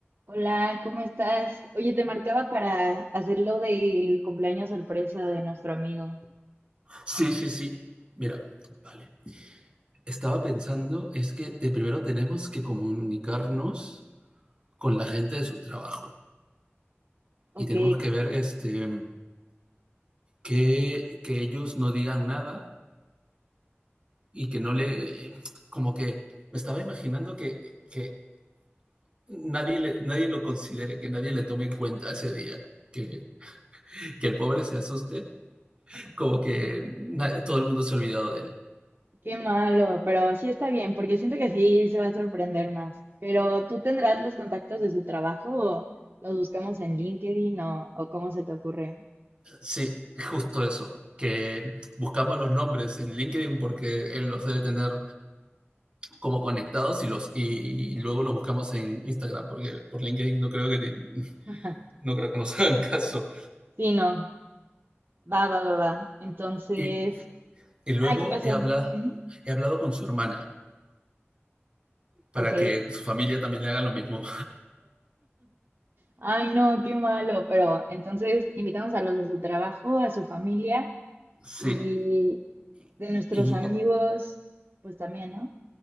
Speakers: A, on the right; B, on the right.
A: Hola, ¿cómo estás? Oye, te marcaba para hacer lo del cumpleaños sorpresa de nuestro amigo.
B: Sí, sí, sí. Mira, vale. Estaba pensando, es que te- primero tenemos que comunicarnos con la gente de su trabajo
A: Ok,
B: y tenemos que ver este, que, que ellos no digan nada y que no le... Como que me estaba imaginando que, que nadie, le, nadie lo considere, que nadie le tome en cuenta ese día, que, que el pobre se asuste, como que na- todo el mundo se ha olvidado de él.
A: qué malo, pero sí está bien, porque siento que sí se va a sorprender más. Pero tú tendrás los contactos de su trabajo o los buscamos en LinkedIn o, o cómo se te ocurre.
B: Sí, justo eso, que buscamos los nombres en LinkedIn porque él los debe tener como conectados y los y, y luego los buscamos en Instagram porque por LinkedIn no creo que ni-
A: <laughs>
B: no creo que nos <laughs> hagan caso.
A: Sí, no, va, va, va, va. Entonces,
B: Y, y luego
A: ah, ¿qué pasó?
B: he hablado
A: Ujú,
B: he hablado con su hermana para
A: Ok.
B: que su familia también le hagan lo mismo.
A: Ay, no, qué malo, pero entonces invitamos a los de su trabajo, a su familia
B: Sí.
A: Y
B: Y,
A: de nuestros
B: y-
A: amigos, pues también, ¿no?